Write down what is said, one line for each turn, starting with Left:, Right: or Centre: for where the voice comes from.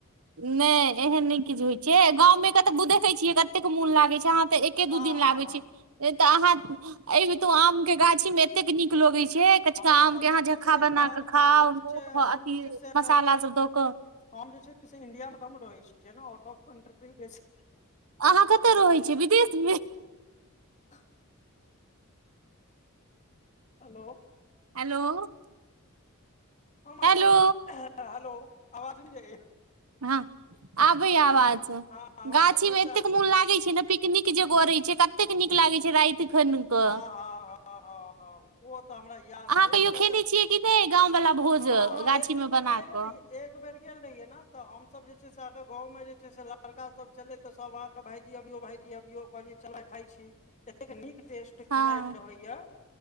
Right: नहि एहन नहि किछु होइ छै गाँवमे के तऽ देखे छियै कतेक मोन लागे छै अहाँ तऽ। एके दू
Left: आ
Right: दिन
Left: हा
Right: ला आबे
Left: हा
Right: छि तऽ अहाँ एब तो आम के गाछी मे एतेक नीक लगै छै। कचका
Left: हमरा
Right: आम
Left: तऽ
Right: के
Left: मेन
Right: अहाँ
Left: गप
Right: झक्का
Left: छै
Right: बना क खाउ
Left: मेन गप
Right: मून
Left: छै हम
Right: अथी
Left: जे छै से
Right: मसाला
Left: अहाँके
Right: सब द क
Left: हम जे छै से इंडिया में कम रहै छियै नै, ओ टाॅप कंट्री बेस
Right: अहाँ कतऽ रहै छियै विदेशमे।
Left: आ हॅं। हेलो।
Right: हेलो।
Left: हम
Right: हेलो
Left: अहाँके हेलो आवाज नहिजाय छै
Right: हँ आबै आवाज
Left: हँ हम
Right: गाछी
Left: जे छै
Right: मे
Left: से अहाँके
Right: एतेक मोन लागे छै ने। पिकनिक जेग रहे छै कतेक नीक लागे छै राति खन कऽ
Left: आहा हा हा हा ओ तऽ हमरा याद
Right: अहाँ
Left: अछि
Right: कहियो
Left: किया
Right: खेने
Left: तऽ
Right: छियै कि नहि गाँंव वाला भोज
Left: हँ हँ
Right: गाछी
Left: एक
Right: मे
Left: बेर
Right: बना
Left: गेल
Right: कऽ
Left: रहियै। एक बेर गेल रहियै ने तऽ हमसब जे छै से ओहिके गाँंव में जे छै से लड़का सब छलै तऽ सब आहाॅ के भायजी अभियो, भायजी अभियो, कहलियै चल आय खाय छी। एतेक नीक टेस्ट खेनाय
Right: हँ
Left: के हौया,